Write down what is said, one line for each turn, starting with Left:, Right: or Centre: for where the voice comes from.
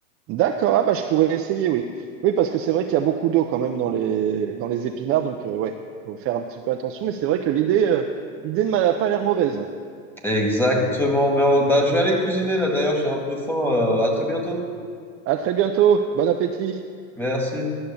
Right: D'accord. Ah bah je pourrais essayer, oui. Oui, parce que c'est vrai qu'il y a beaucoup d'eau quand même dans les, dans les épinards. Donc, euh, ouais, faut faire un petit peu attention. Mais c'est vrai que l'idée, euh, l'idée ne m'a pas l'air mauvaise.
Centre: Exactement. Mais on- bah, je vais aller cuisiner là. D'ailleurs, j'ai un peu faim. euh, à très bientôt.
Right: À très bientôt. Bon appétit.
Centre: Merci.